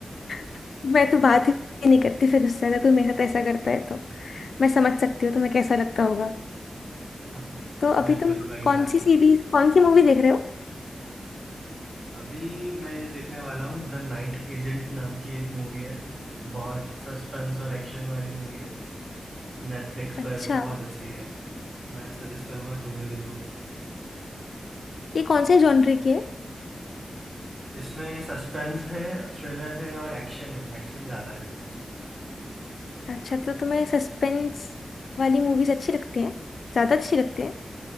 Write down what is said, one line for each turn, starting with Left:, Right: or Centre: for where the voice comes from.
Left: <laughs> मैं तो बात ही नहीं करती फिर गुस्सा अगर कोई मेरे साथ ऐसा करता है तो मैं समझ सकती हूँ तुम्हें कैसा लगता होगा
Right: हाँ
Left: तो अभी
Right: बिल्कुल
Left: तुम
Right: वही
Left: कौन
Right: हाल
Left: सी
Right: है
Left: सीरीज कौन सी मूवी देख रहे हो
Right: अभी मैं ये देखने वाला हूँ द नाइट एजेंट नाम की एक मूवी है बहुत सस्पेंस और एक्शन वाली मूवी है नेटफ्लिक्स
Left: अच्छा
Right: पर बहुत अच्छी है मैं सजेस्ट करूँगा तुम भी देखो
Left: ये कौन से जॉनर की है
Right: इसमें सस्पेंस है थ्रिलर है और एक्शन है एक्शन ज़्यादा है
Left: अच्छा तो तुम्हें सस्पेंस वाली मूवीज अच्छी लगती हैं ज्यादा अच्छी लगती हैं